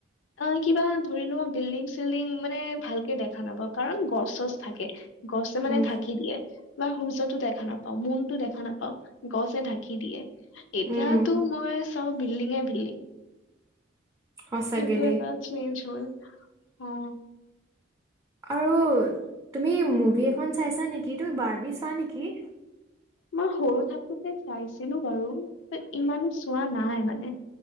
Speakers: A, on the left; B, on the right.
A: অ ই কিবা ধৰি লোৱা বিল্ডিংছ বিল্ডিং মানে ভালকে দেখা নাব কাৰণ গছ-চছ থাকে গছে মানে
B: উম,
A: ঢাকি দিয়ে। বা সূৰ্যটো দেখা নাপাও মুনটো দেখা নাপাও গছে ঢাকি দিয়ে। এতিয়াতো
B: উম,
A: মই চাওঁ বিল্ডিঙে বিল্ডিং।
B: সঁচাকে
A: সেইটো
B: দেই
A: এটা চেঞ্জ হ'ল হা অ অ।
B: আৰু তুমি মুভি এখন চাইছা নেকি? তুমি বাৰ্বি চোৱা নেকি?
A: মই সৰু থাকোতে চাইছিলো বাৰু তে ইমানো চোৱা নাই মানে